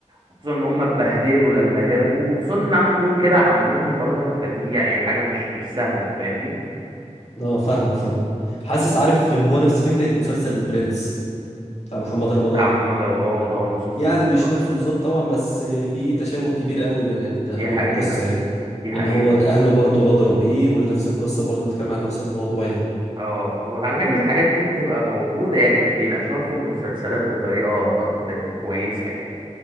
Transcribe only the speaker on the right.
وخصوصا ان هم اتبهدلوا لما هربوا وخصوصا اللي عمل فيهم كده عمهم برضك فدي يعني حاجه مش مش سهله فاهمني
بتاع محمد رمضان اه المسلسل
ده طبعا
دي
حقيقه
دي حقيقه
اه وعلى فكره
الحاجات دي بتبقى موجوده يعني بيناقشوها في المسلسلات بطريقه ب- كويسه يعني